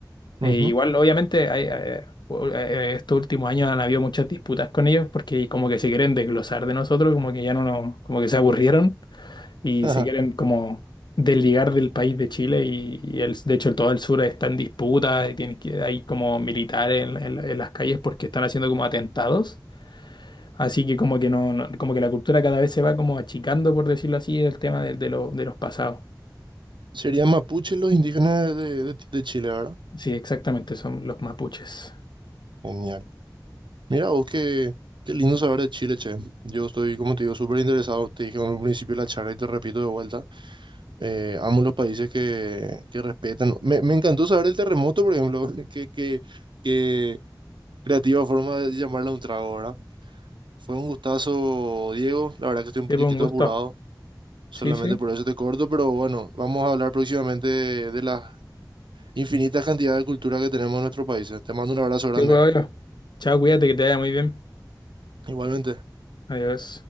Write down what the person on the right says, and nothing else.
Ujú.
<laughs> Ajá.
Serían mapuche los indígenas de, de- de Chile, ¿verdad?
Genial. Mira, vos qué, qué lindo saber de Chile, che. Yo estoy, como te digo, súper interesado. Te dije en un principio de la charla y te repito de vuelta. Eh, amo los países que, que respetan. Me, me encantó saber el terremoto, por ejemplo. <laughs> Qué, qué, qué creativa forma de llamarla un trago, ¿verdad? Fue un gustazo, Diego. La verdad que estoy un
poquitito
apurado. Solamente
por eso te corto, pero bueno, vamos a hablar próximamente de, de las infinitas cantidades de cultura que tenemos en nuestros países. Te mando un abrazo grande.
Igualmente.